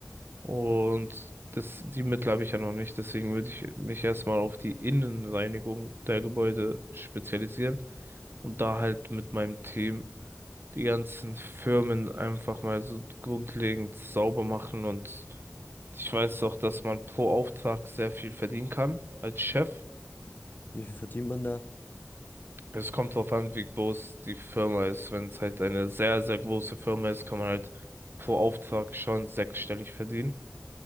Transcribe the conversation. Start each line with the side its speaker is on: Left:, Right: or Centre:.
Right: und das, die Mittel habe ich ja noch nicht, deswegen würde ich mich erstmal auf die Innenreinigung der Gebäude spezialisieren und da halt mit meinem Team die ganzen Firmen einfach mal so grundlegend sauber machen und ich weiß auch, dass man pro Auftrag sehr viel verdienen kann als Chef.
Left: Wie viel verdient man da?
Right: Es kommt drauf an, wie groß die Firma ist. Wenn es halt eine sehr, sehr große Firma ist, kann man halt pro Auftrag schon sechsstellig verdienen.